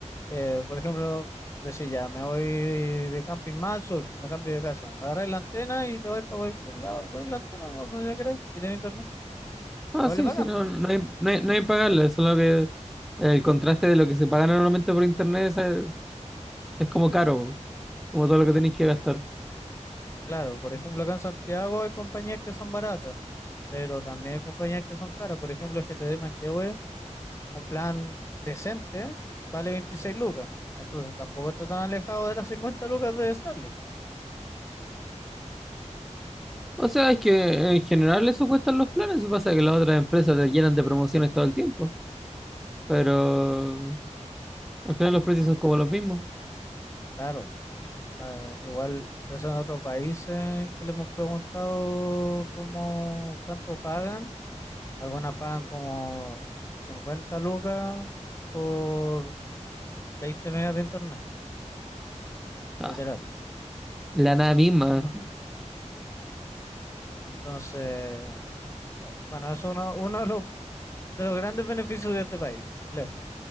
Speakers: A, on the left; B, in the centre.
A: Eh, por ejemplo, decir ya, me voy de camping más al sur, me cambio de casa. Agarráis la antena y te vais para cualquier lado y ponéis la antena no, donde queráis y tenéis internet.
B: No,
A: Igual
B: sí,
A: es bacán.
B: sí, no, no hay, no hay, no hay pagarle, solo que el contraste de lo que se paga normalmente por internet es, es como caro, como todo lo que tenéis que gastar.
A: Claro, por ejemplo, acá en Santiago hay compañías que son baratas, pero también hay compañías que son caras. Por ejemplo, el GTD Manquehue, un plan decente, vale 26 lucas. Entonces tampoco está tan alejado de las cincuenta lucas de Starlink.
B: O sea, es que en general eso cuestan los planes y pasa que las otras empresas te llenan de promociones todo el tiempo, pero al final los precios son como los mismos.
A: Claro, eh, igual personas de otros países que le hemos preguntado cómo, cuánto pagan. Algunas pagan como 50 lucas por 20 megas de internet,
B: Ah,
A: literal.
B: la nada misma,
A: Ujú. Entonces, eh, bueno, eso es uno, uno de los, de los grandes beneficios de este país, lejos.